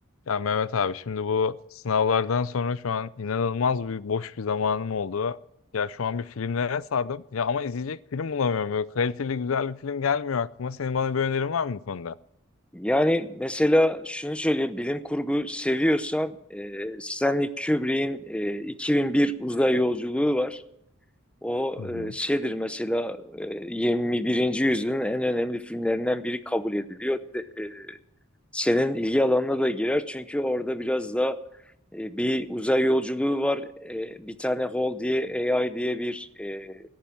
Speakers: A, on the left; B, in the centre.
A: Ya Mehmet abi şimdi bu sınavlardan sonra şu an inanılmaz bir boş bir zamanım oldu. Ya şu an bir filmlere sardım. Ya ama izleyecek film bulamıyorum. Böyle kaliteli güzel bir film gelmiyor aklıma. Senin bana bir önerin var mı bu konuda?
B: Yani mesela şunu söyleyeyim, bilim kurgu seviyorsan e, Stanley Kubrick'in e, 2001 Uzay Yolculuğu var. O
A: Hı hı.
B: e, şeydir mesela e, 21. yüzyılın en önemli filmlerinden biri kabul ediliyor. De- e, senin ilgi alanına da girer çünkü orada biraz da e, bir uzay yolculuğu var. E, bir tane Hall diye AI diye bir e,